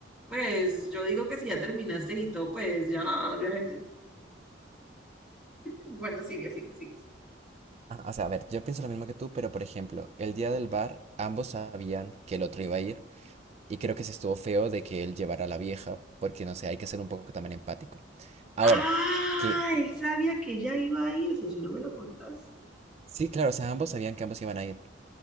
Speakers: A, in the centre; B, on the right.
A: pues yo digo que si ya terminaste y todo, pues ya, ya. Bueno, sigue, sigue, sigue.
B: Ah, o sea, a ver, yo pienso lo mismo que tú, pero por ejemplo, el día del bar, ambos sabían que el otro iba a ir. Y creo que sí estuvo feo de que él llevara a la vieja, porque no sé, hay que ser un poco también empático. Ahora,
A: Ah,
B: que
A: él sabía que ya iba ahí, eso si no me lo contaste.
B: sí, claro, o sea, ambos sabían que ambos iban a ir.